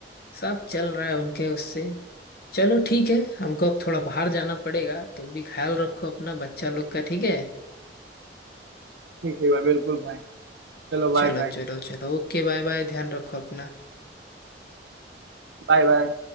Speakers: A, on the left; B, on the right.
A: सब चल रहा है उनके उससे चलो ठीक है हमको अब थोड़ा बाहर जाना पड़ेगा तुम भी ख्याल रखो अपना बच्चा लोग का ठीक है
B: ठीक ठीक भाई बिल्कुल भाई चलो
A: चलो
B: बाय भाई
A: चलो चलो ओके बाय बाय ध्यान रखो अपना
B: Bye bye